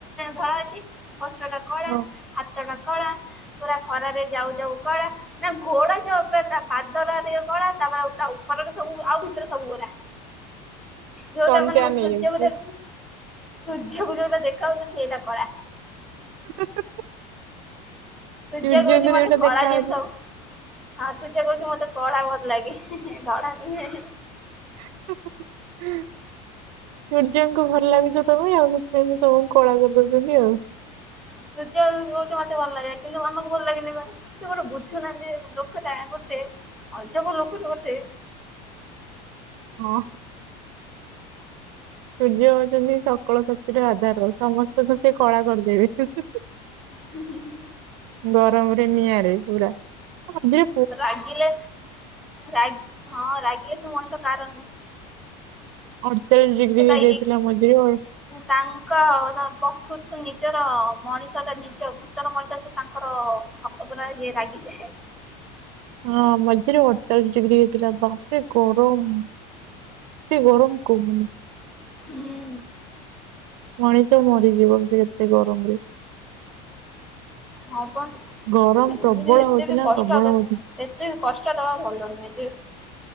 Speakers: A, in the centre; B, on the right.
A: ଧଳା ଅଛି। ପଛ ଟା କଳା।
B: ହଁ
A: ହାତ ଟା କଳା ପୁରା ଖରାରେ ଯାଉ ଯାଉ କଳା ନା ଘୋଡ଼ା ଯାାଉ ପୁରା ତା ପାଦରା ଟିକେ କଳା ତାପରେ ଆଉ ତା ଉପରେ ସବୁ ଆଉ ଭିତରେ ସବୁ ଗୋରା। ଯୋଉଟା
B: ସନ୍
A: ମାନେ
B: ଟ୍ୟାନ୍
A: ଓ ସୂର୍ଯ୍ୟକୁ
B: ହେଇଯାଉଛି
A: ଦେ ସୂର୍ଯ୍ୟକୁ ଯୋଉଟା ଦେଖାହଉଚି ସେଇଟା କଳା।
B: <unintelligible>
A: ସୂର୍ଯ୍ୟ
B: ସୂର୍ଯ୍ୟଙ୍କ
A: କହୁଛି ମତେ
B: ଦିଟା
A: କଳା
B: ଦେଖାଯାଉଛି।
A: ଜିନିଷ ଭ ହଁ ସୂର୍ଯ୍ୟ କହୁଛି ମତେ କଳା ଭଲ ଲାଗେ। ଧଳା ନୁହେଁ
B: ହ ହଁ ସୂର୍ଯ୍ୟଙ୍କୁ ଭଲ ଲାଗିଛ ତମେ ଆଉ ସେଥିପାଇଁ ତମକୁ କଳା କରିଦଉଛନ୍ତି ଆଉ।
A: ସୂର୍ଯ୍ୟ ରହୁଛି ମତେ ଭଲ ଲାଗେ କିନ୍ତୁ ଆମକୁ ଭଲ ଲାଗନେ ବା ସେ ଗୋଟେ ବୁଝୁନାହାନ୍ତି ଲୋକଟା ଗୋଟେ ଅଜବ ଲୋକଟା ଗୋଟେ
B: ହଁ ସୂର୍ଯ୍ୟ ହଉଛନ୍ତି ସକଳ ଶକ୍ତି। ଶକ୍ତିର ଆଧାର ସମସ୍ତଙ୍କୁ ସେ କଳା କରିଦେବେ।
A: ହୁଁ ହଁ ହଁ
B: ଗରମରେ ନିଆଁରେ ପୁରା ଝିରେ
A: ରାଗିଲେ ରା ହଁ ରାଗିଲେ ସେ ମଣିଷ କାହାର ନୁହେଁ।
B: ଅଡଚାଳିଶ ଡିଗ୍ରୀ
A: ସେ
B: ହେଇଯାଇଥିଲା
A: ତା ଇ
B: ମଝିରେ।
A: ତାଙ୍କ ବକ୍ତୃତ ନିଜର ମଣିଷ ଟା ଭିତର ମଣିଷ ସେ ତାଙ୍କର ହାତ ପୁର ଇଏ ରାଗିଯାଏ।
B: ହଁ ମଝିରେ ଅଠଚାଳିଶ ଡିଗ୍ରୀ ହେଇଥିଲା ବାପରେ ଗରମ। ଏତେ ଗରମ କୁହ।
A: ହୁଁ
B: ମଣିଷ ମରିଯିବ ଆଜି ଏତେ ଗରମରେ।
A: ହଁ ପା
B: ଗରମ
A: ହେତ
B: ପ୍ରବଳ ହଉଥିଲା
A: ବି କଷ୍ଟ
B: ପ୍ରବଳ
A: ଅଦ
B: ହଉଥିଲା
A: ଏତେ କଷ୍ଟ ଦବା ଭଲ ନୁହେଁ ଯେ